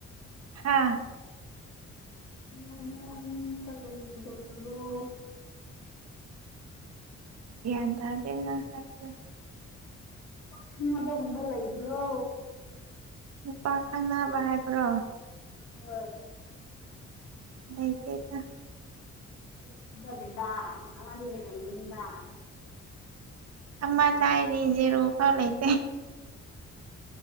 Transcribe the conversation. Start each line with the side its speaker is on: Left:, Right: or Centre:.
Right: ꯍꯥꯥ
Left: <unintelligible>
Right: ꯒ꯭ꯌꯥꯟ ꯇꯥꯗꯦ ꯅꯪ ꯍꯥꯏꯕꯗꯣ
Left: ꯈꯪꯅꯕꯒꯨꯝꯕ ꯂꯩꯕ꯭ꯔꯣ
Right: ꯅꯨꯨꯄꯥ ꯈꯪꯅꯕ ꯍꯥꯏꯕ꯭ꯔꯣ
Left: ꯍꯣꯏ
Right: ꯂꯩꯇꯦꯗ
Left: ꯏꯁ ꯊꯥꯖꯗꯦꯗꯥ ꯑꯃꯗꯤ ꯂꯩꯔꯝꯒꯅꯤꯗꯥ
Right: ꯑꯃ ꯂꯥꯏꯔꯤ ꯖꯦꯔꯣꯐꯥꯎ ꯂꯩꯇꯦ